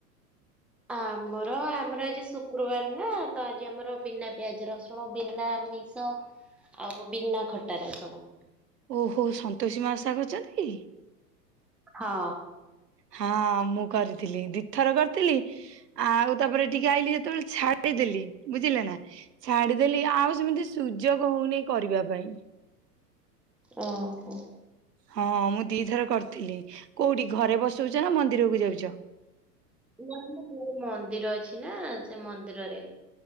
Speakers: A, in the centre; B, on the right.
A: ଆମର ଆମର ଆଜି ଶୁକ୍ରବାର ନା ତ ଆଜି ଆମର ବିନା ପିଆଜ ରସୁଣ ବିନା ମିଷ ଆଉ ବିନା ଖଟାରେ ସବୁ।
B: ଓହୋ ସନ୍ତୋଷୀ ମା ଓଷା କରିଚନ୍ତି କି?
A: ହଁ।
B: ହଁ ମୁଁ କରିଥିଲି ଦିଥର କରିଥିଲି ଆଉ ତାପରେ ଏଠିକି ଆଇିଲି ଯେତେବେଳେ ଛାଡିଦେଲି ବୁଝିଲେ ନା। ଛାଡିଦେଲି ଆଉ ସିମିତି ସୁଯୋଗ ହଉନି କରିବା ପାଇଁ।
A: ଓ ହୋ।
B: ହଁ ମୁଁ ଦିଥର କରିଥିଲି। କୋଉଠି ଘରେ ବସଉଚ ନା ମନ୍ଦିରକୁ ଯାଉଚ?
A: ନା ନା ମୋର ମନ୍ଦିର ଅଛି ନା ସେ ମନ୍ଦିରରେ।